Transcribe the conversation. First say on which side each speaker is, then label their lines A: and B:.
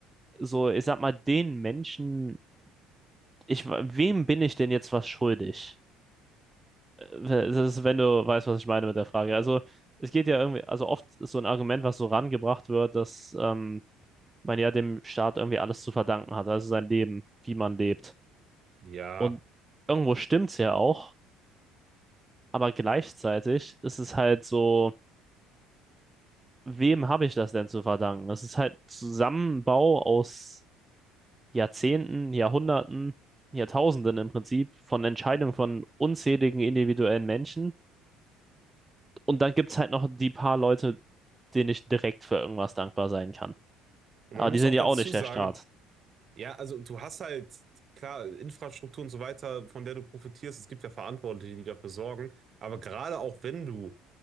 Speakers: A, on the right; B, on the right.
A: So, ich sag mal, den Menschen ich, wem bin ich denn jetzt was schuldig? Äh, Das ist, wenn du weißt, was ich meine mit der Frage. Also, es geht ja irgendwie, also oft ist so ein Argument, was so rangebracht wird, dass ähm, man ja dem Staat irgendwie alles zu verdanken hat, also sein Leben, wie man lebt.
B: Ja.
A: Und irgendwo stimmt's ja auch, aber gleichzeitig ist es halt so, wem habe ich das denn zu verdanken? Das ist halt Zusammenbau aus Jahrzehnten, Jahrhunderten, Jahrtausenden im Prinzip von Entscheidungen von unzähligen individuellen Menschen Und dann gibt es halt noch die paar Leute, denen ich direkt für irgendwas dankbar sein kann.
B: Und
A: Aber
B: man muss
A: die sind
B: auch
A: ja
B: dazu
A: auch nicht
B: sagen,
A: der Staat.
B: Ja, also du hast halt, klar, Infrastruktur und so weiter, von der du profitierst. Es gibt ja Verantwortliche, die dafür sorgen. Aber gerade auch wenn du,